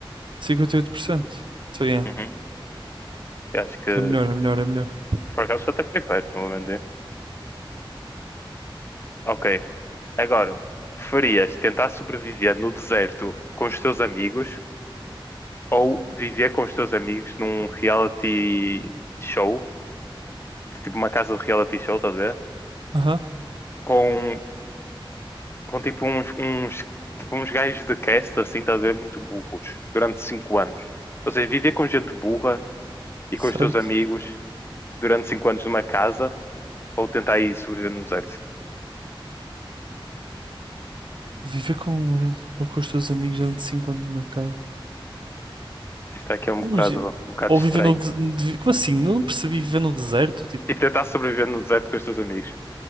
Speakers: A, on the right; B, on the left.
A: 58%. Então, yeah.
B: Uhum. Eu Acho que
A: É melhor, é melhor, é melhor.
B: por acaso até foi perto, não vou mentir. Ok. Agora, preferias tentar sobreviver no deserto com os teus amigos ou viver com os teus amigos num reality show, de tipo uma casa de reality show, estás a ver?
A: Aham.
B: Com com tipo uns, uns, tipo, uns gajos de cast, assim, estás a ver, muito burros, durante cinco anos. Ou seja, viver com gente burra e
A: Certo.
B: com os teus amigos durante cinco anos numa casa, ou tentar aí sobreviver no deserto.
A: Viver com, ou com os teus amigos durante 5 anos numa casa.
B: Isto aqui é um
A: Imagina.
B: bocado, um bocado
A: Ou
B: estranho.
A: viver no. de- de- Como assim? Não percebi viver no deserto, tipo,
B: Tipo, tentar sobreviver no deserto com os teus amigos.